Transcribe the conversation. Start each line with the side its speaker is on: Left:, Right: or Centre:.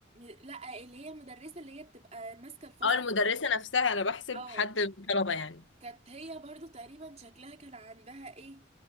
Right: لا اللي هي المدرسة اللي هي بتبقى ماسكة الفصل
Left: أو المدرسة نفسها أنا بحسب
Right: اه
Left: حد من الطلبة يعني
Right: كانت هي برضو تقريبا شكلها كان عندها ايه